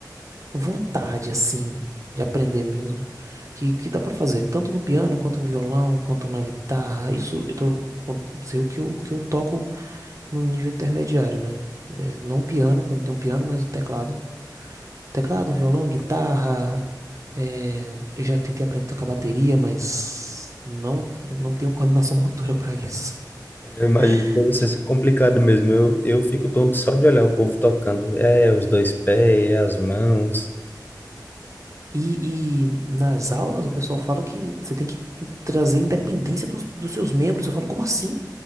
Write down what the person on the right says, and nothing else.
vontade, assim, de aprender mesmo. Que, que dá pra fazer, tanto no piano, quanto no violão, quanto na guitarra. Isso eu tô, con- sei o que eu, o que eu toco no nível intermediário, né? É, não piano, que eu não tenho piano, mas o teclado. Teclado, violão, guitarra. é, eu já tentei aprender a tocar bateria, mas não, não tenho <laughs> coordenação motora pra isso.
<laughs>
E, e nas aulas o pessoal fala que você tem que trazer independência dos, dos seus membros. Eu falo, como assim?